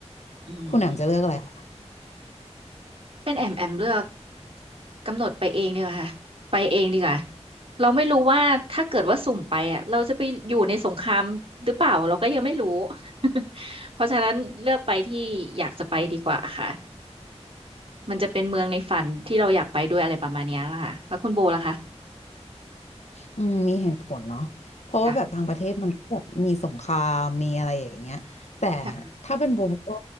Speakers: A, on the right (about 55°); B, on the left (about 75°).
A: อืม
B: คุณแหม่มจะเลือกอะไรคะ
A: เป็นแอมแอมเลือกกำหนดไปเองดีกว่าค่ะไปเองดีกว่า เราไม่รู้ว่าถ้าเกิดว่าสุ่มไปอ่ะเราจะไปอยู่ในสงครามหรือเปล่าเราก็ยังไม่รู้ <laughs> เพราะฉะนั้นเลือกไปที่อยากจะไปดีกว่าค่ะมันจะเป็นเมืองในฝันที่เราอยากไปด้วยอะไรประมาณเนี้ยละค่ะแล้วคุณโบล่ะคะ
B: อืมมีเหตุผลเนาะเพราะว่าแบบบางประเทศมันก็แบบมีสงครามมีอะไรอย่างเงี้ย
A: ค่ะ
B: แต่
A: ค่ะ
B: ถ้าเป็นโบโบก็